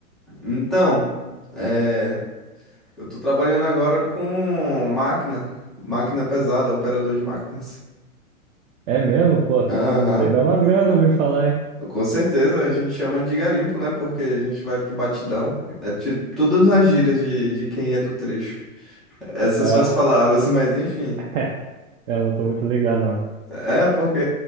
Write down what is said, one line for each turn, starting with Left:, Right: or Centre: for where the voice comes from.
Centre: Então, é, eu tô trabalhando agora com máquina, máquina pesada, operador de máquinas.
Right: É mesmo, pô?
Centre: Aham.
Right: Isso aí dá uma grana, eu ouvi falar, hein?
Centre: Com certeza, a gente chama de garimpo, né? Porque a gente vai pro batidão. É ti- tudo nas gírias de, de quem é do trecho. Essas
Right: Ah,
Centre: são as palavras, <laughs> mas enfim.
Right: <laughs> eu não tô muito ligado, não.
Centre: É, porque